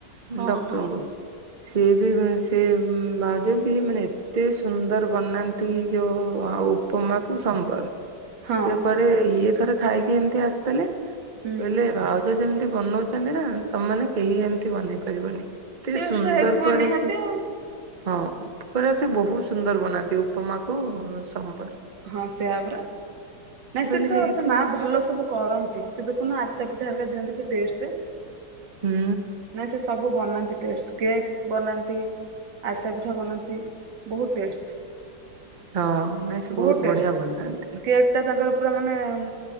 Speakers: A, on the right (about 75°); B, on the right (about 45°).
A: ହଁ
B: ଡକ୍ଟରଙ୍କୁ
A: ହଁ।
B: ସିଏ ବି ସେ ଭାଉଜ ବି ମାନେ ଏତେ ସୁନ୍ଦର ବନାନ୍ତି ଯୋଉ ଉପମାକୁ ସମ୍ବର।
A: ହଁ
B: ସେ ପରେ ଇଏ ଥରେ ଖାଇକି ଏମିତି ଆସ <unintelligible>
A: ହୁଁ
B: ହେଲେ ଭାଉଜ ଯେମିତି ବନଉଛନ୍ତି ନା ତମାନେ କେହି ଏମିତି ବନେଇ ପାରିବନି। କେତେ
A: ଟେଷ୍ଟ
B: ସୁନ୍ଦର
A: ହେଇଥିବ
B: କୁଆଡେ
A: ନିହାତି
B: ସେ
A: ଆଉ
B: ହଁ <unintelligible> ସେ ବହୁତ ସୁନ୍ଦର ବନାନ୍ତି ଉପମାକୁ ସମ୍ବର।
A: ହଁ ସେଇଅପରା ନାଇଁ
B: ମୁଁ
A: ସେ
B: କହିଲି
A: ତ
B: ହେଇଥିବ।
A: ସେ ମା ଭଲ ସବୁ କରନ୍ ସେ ଦେଖୁନ ଆରିଶା ପିଠାରା ଦିଅନ୍ତି କି ଟେଷ୍ଟ ।
B: ହୁଁ
A: ନାଇ ସେ ସବୁ ବନାନ୍ତି ଟେଷ୍ଟ କେକ୍ ବନାନ୍ତି ଆରିଶା ପିଠା ବନାନ୍ତି ବହୁତ ଟେଷ୍ଟ।
B: ହଁ। ନାଇଁ ସେ
A: ବହୁତ ଟେଷ୍ଟ
B: ବଢିଆ ବନାନ୍ତି।
A: କେକ୍ ଟା ତାଙ୍କର ପୁରା ମାନେ ଉ